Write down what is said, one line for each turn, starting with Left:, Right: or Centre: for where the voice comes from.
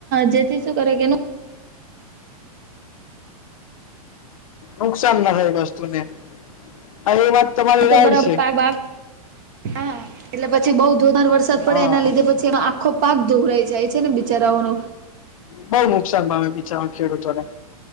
Right: જેથી શું કરે કે
Left: નુકસાન ના હોય, વસ્તુને. હા એ વાત તમારી
Right: તો
Left: રાઈટ
Right: બરાબર
Left: છે
Right: પાક્વા. હા, એટલે પછી બઉ જોરમાર વરસાદ પડે,
Left: હા
Right: એના લીધે પછી એનો આંખો પાક ધુવરાઈ જાય છે ને, બિચારાઓનો.
Left: બઉુ નુકસાન પામે, બીચારા ખેડૂતોને.